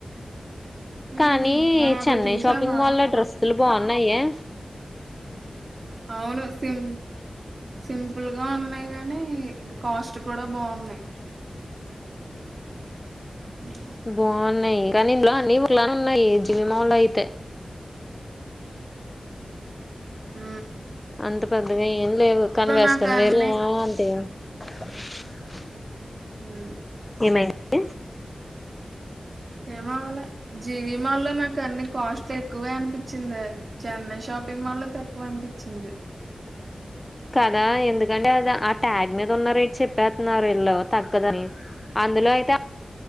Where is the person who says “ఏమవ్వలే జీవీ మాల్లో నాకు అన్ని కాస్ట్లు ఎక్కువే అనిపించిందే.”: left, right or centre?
Right